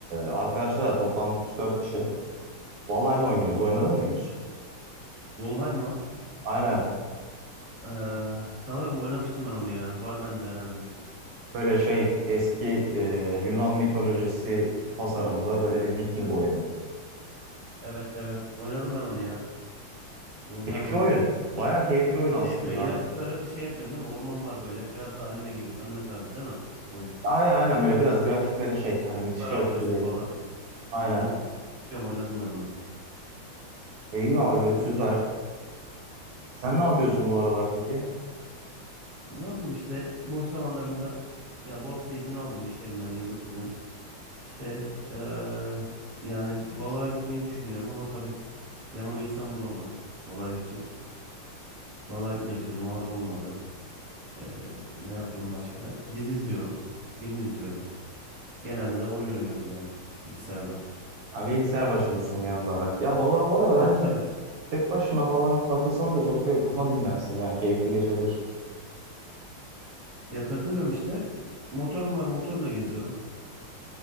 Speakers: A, on the right; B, in the centre.
A: arkadaşlarla toplandık üç dört kişi. Valay mı oynuyoruz. Oynadın mı hiç?
B: Valheim'a
A: Aynen.
B: eee sanırım oynamıştım ben onu ya. Var bende herhalde.
A: Böyle şey eski e, Yunan mitolojisi tasarımlı böyle bir Viking oyunu.
B: Evet evet. Oynadım ben onu ya. Valheim
A: Keyifli
B: oynadım.
A: oyun. Bayağı keyifli oyun
B: Şey
A: aslında.
B: yapıyor. Yaratıkları şey yapıyorsun değil mi? Orman var böyle. Biraz da anime gibi. Anime tarzı değil mi? Oyun.
A: Ay, aynen böyle biraz grafikleri şey hani müthiş
B: Kuşlar
A: grafikli
B: avlıyorsun
A: değil.
B: falan.
A: Aynen.
B: Hı hı. Biliyorum oynadım ben onu.
A: E, iyi abi
B: Güzel
A: süper.
B: oyun.
A: Sen ne yapıyorsun bu aralar peki?
B: E, Ne yapayım işte boş zamanlarımda yani bu hafta izin aldım iş yerinden yıllık izin. İşte eee, yani balığa gitmeyi düşünüyorum ama tabii yanıma insan bulamadım. Balığa gidecek. Balığa gitmek istiyordum ama olmadı. Eee, ne yapıyorum başka? Dizi izliyorum. Film izliyorum. Genelde de oyun oynuyorum yani bilgisayardan.
A: Ha, bilgisayar başındasın genel olarak. Ya balığa bu arada bence
B: Tabii tabii.
A: tek başına falan takılsan da çok böyle kafa dinlersin. Yani keyifli geçebilir.
B: Ya takılıyorum işte. Motorum var motorla geziyorum.